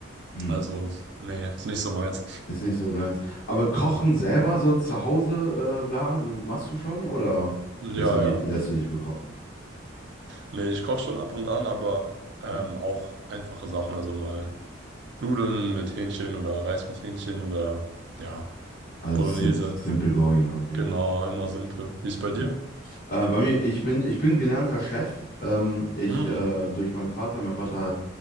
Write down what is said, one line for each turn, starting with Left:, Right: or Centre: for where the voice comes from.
Left: Hm.
Right: Also, nee, ist nicht so meins.
Left: Ist nicht so deins. Aber kochen selber so zu Hause, äh, bla, machst du schon oder
Right: Ja,
Left: lässt du dich,
Right: ja.
Left: lässt du dich bekochen?
Right: Nee, ich koche schon ab und an, aber ähm,
Left: Hm?
Right: auch einfache Sachen. Also mal Nudeln mit Hähnchen oder Reis mit Hähnchen oder ja,
Left: Also
Right: Bolognese.
Left: simp simple going, okay.
Right: Genau, immer simpel. Wie ist bei dir?
Left: Hm. Äh, bei mir, ich bin, ich bin gelernter Chef. Ähm, ich
Right: Mhm.
Left: äh, durch meinen Vater, mein Vater